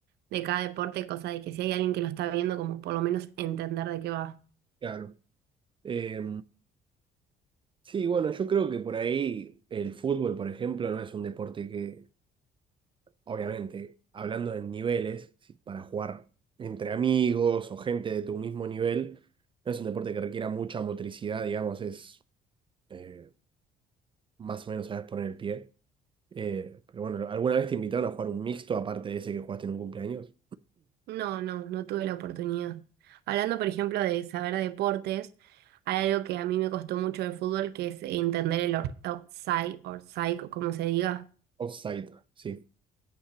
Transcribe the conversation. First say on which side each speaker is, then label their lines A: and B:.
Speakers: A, on the right; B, on the right.
A: de cada deporte, cosa de que si hay alguien que lo está viendo, como por lo menos entender de qué va.
B: claro. Eh, sí, bueno, yo creo que por ahí el fútbol, por ejemplo, no es un deporte que, obviamente, hablando de niveles, si- para jugar entre amigos o gente de tu mismo nivel, no es un deporte que requiera mucha motricidad, digamos, es eh, más o menos saber poner el pie. Eh, pero bueno, ¿alguna vez te invitaron a jugar un mixto aparte de ese que jugaste en un cumpleaños?
A: No, no, no tuve la oportunidad. Hablando, por ejemplo, de saber deportes, hay algo que a mí me costó mucho del fútbol, que es entender el or- offside, side o como se diga.
B: Offside, sí.